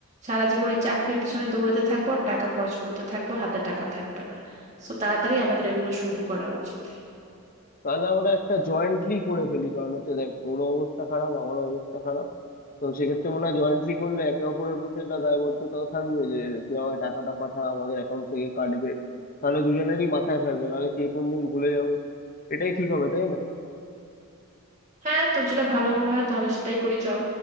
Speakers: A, on the right (about 30°); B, on the left (about 40°).
A: সারা জীবন এই চাকরির পিছনে দৌড়াতে থাকবো আর টাকা খরচ করতে থাকবো হাতে টাকা থাকবে না সো তাড়াতাড়ি আমাদের এগুলো শুরু করা উচিত
B: তাহলে আমরা একটা জয়েন্টলি করে ফেলি কারণ হচ্ছে দেখ তোরও অবস্থা খারাপ আমারও অবস্থা খারাপ তো সেক্ষেত্রে মনে হয় জয়েন্টলি করলে একে অপরের প্রতি একটা দায়বদ্ধতাও থাকবে যে তুই আমায় টাকাটা পাঠা আমাদের অ্যাকাউন্ট থেকে কাটবে তাহলে দুজনেরই মাথায় থাকবে নাহলে কে কোন দিন ভুলে যাবো এটাই ঠিক হবে তাই না
A: হ্যাঁ তোর যেটা ভালো মনে হয় তাহলে সেটাই করি চল